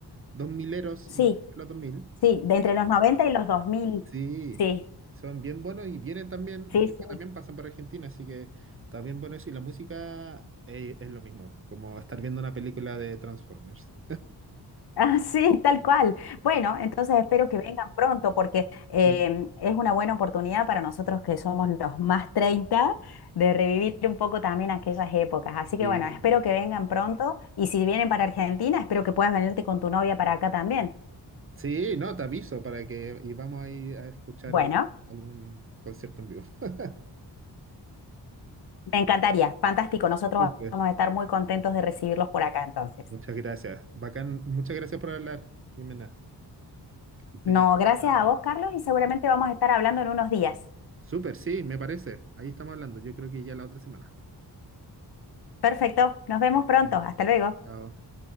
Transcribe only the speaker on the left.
sí,
sí, de entre los 90 y los dos mil
Sí,
sí,
sí.
<laughs>
Ah, sí, tal cual. Bueno, entonces espero que vengan pronto porque eh,
es una buena oportunidad para nosotros que somos los más 30 de revivir un poco también aquellas épocas. Así
que bueno, espero que vengan pronto y si vienen para Argentina, espero que puedas venirte con tu novia para acá también.
Bueno.
Me encantaría, fantástico. Nosotros
vamos a estar muy contentos de recibirlos por acá entonces.
No,
gracias
a vos, Carlos, y seguramente vamos a estar hablando en unos días.
Perfecto, nos vemos
pronto.
Hasta luego.